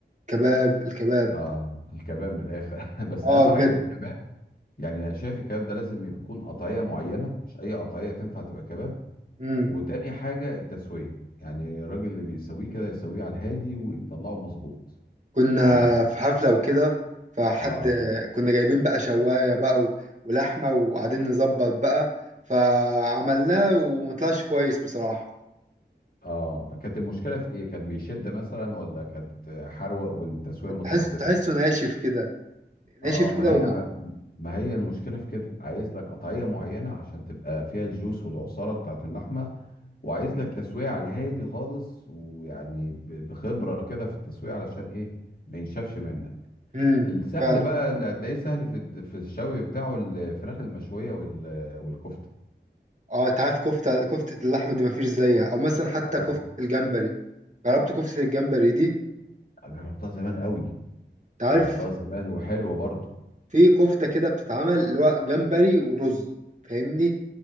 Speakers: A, on the right; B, on the left.
A: كباب الكباب
B: اه الكباب من الاخر <laughs> بس
A: اه
B: اهم حاجه
A: بجد
B: في الكباب يعني انا شايف الكباب ده لازم يكون قطعيه معينه مش اي قطعيه تنفع تبقى كباب
A: مم.
B: وتاني حاجة التسوية يعني الراجل اللي بيسويه كده يسويه على الهادي ويطلعه مظبوط
A: كنا
B: ما ينشفوش
A: في حفلة وكده فحد
B: اه
A: كنا جايبين بقى شواية بقى و- ولحمة وقاعدين نظبط بقى فعملناه ومطلعش كويس بصراحة
B: اه كانت المشكلة في ايه كان بيشد مثلا ولا كانت حروق والتسوية ما ظبطتش
A: تحس تحسه ناشف كده ناشف
B: اه ما
A: كده
B: هي
A: وم...
B: ما ما هي المشكلة في كده عايز لك قطعية معينة عشان تبقى فيها الجوس والعصارة بتاعت اللحمة وعايز لك تسوية على الهادي خالص ويعني ب- بخبرة كده في التسوية علشان ايه ما ينشفش منك
A: امم
B: السهل
A: ف...
B: بقى اللي هتلاقيه سهل في في الشوي بتاعه الفراخ المشوية وال- والكفتة
A: اه انت عارف كفتة كفتة اللحمة دي مفيش زيها او مثلا حتى
B: اه
A: كفتة الجمبري جربت كفتة الجمبري دي
B: جربتها زمان قوي
A: انت عارف
B: جربتها زمان وحلوة برضو
A: في كفتة كده بتتعمل اللي هو جمبري ورز فاهمني